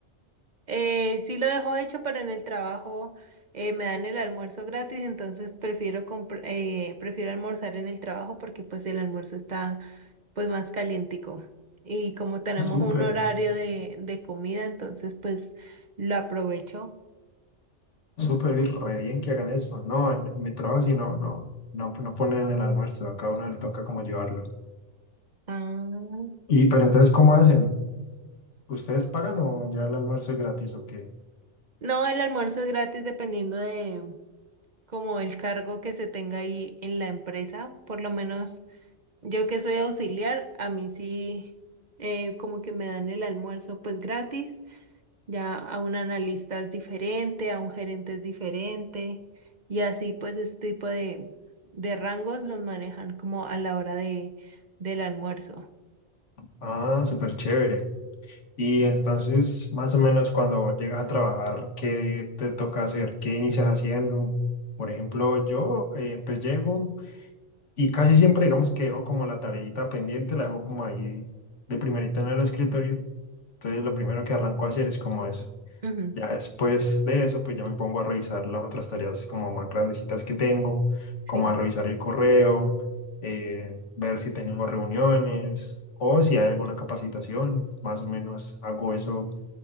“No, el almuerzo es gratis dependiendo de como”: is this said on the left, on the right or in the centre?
Right